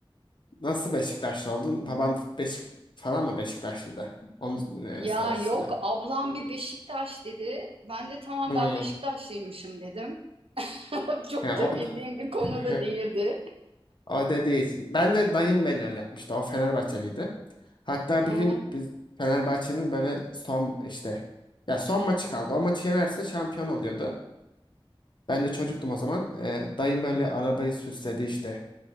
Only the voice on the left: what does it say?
nasıl Beşiktaşlı oldun? Baban Beşik falan mı Beşiktaşlıydı? Onun e,
sayesinde
mi?
Hmm.
He,
o,
<laughs>
o dediği için. Ben de dayım beni öyle yapmıştı. O Fenerbahçeliydi. Hatta
bir gün biz Fenerbahçe'nin böyle son işte ya son maçı kaldı. O maçı yenerse şampiyon oluyordu. Ben de çocuktum o zaman. Ee, dayım böyle arabayı süsledi işte.